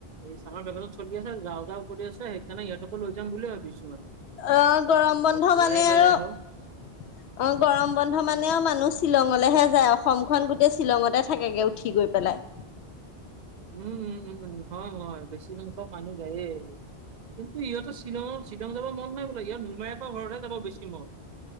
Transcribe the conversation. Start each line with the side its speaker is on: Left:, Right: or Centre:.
Right: এই চামাৰ ভিকেচন চলি আছে যাওঁ যাওঁ কৰি আছে, সেইকাৰণে ইহঁতকো লৈ যাম বুলি ভাবিছোঁ মানে।
Left: আহ, গৰম বন্ধ
Right: অলপ ঘূৰাই
Left: মানে
Right: লৈ
Left: আৰু
Right: আহো
Left: অ', গৰম বন্ধ মানেও মানুহ শ্বিলঙলৈহে যায় অসমখন গোটেই শ্বিলঙতে থাকেগৈ উঠি গৈ পেলাই।
Right: উম, উম, উম, উম, হয়, হয়, বেছি সংখ্য মানুহ যায়েই আৰু। কিন্তু ইহঁতৰ শ্বিলঙৰ শ্বিলং যাব মন নাই বোলে ইয়াত মোমায়েকৰ ঘৰতহে যাব বেছি মন।